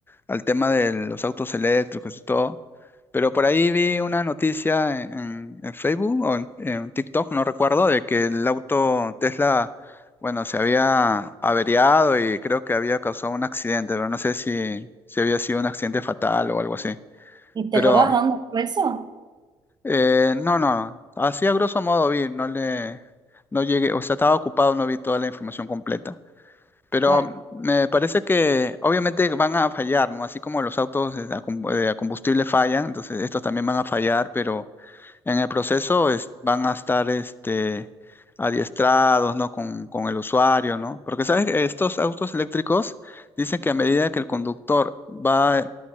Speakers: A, on the left; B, on the right.
A: al tema de los autos eléctricos y todo. Pero por ahí vi una noticia en, en- en Facebook o en, en TikTok, no recuerdo, de que el auto Tesla, bueno, se había averiado y creo que había causado un accidente, pero no sé si, si había sido un accidente fatal o algo así.
B: ¿Y te
A: Pero
B: acordás dónde fue eso?
A: eh, no, no, no. Así a grosso modo vi, no le, no llegué, o sea, estaba ocupado, no vi toda la información completa. Pero
B: Claro,
A: me parece que obviamente van a fallar, ¿no? Así como los autos de- a com- de a combustible fallan, entonces estos también van a fallar, pero en el proceso es- van a estar este, adiestrados, ¿no? Con, con el usuario, ¿no? Porque, ¿sabes? Estos autos eléctricos dicen que a medida que el conductor va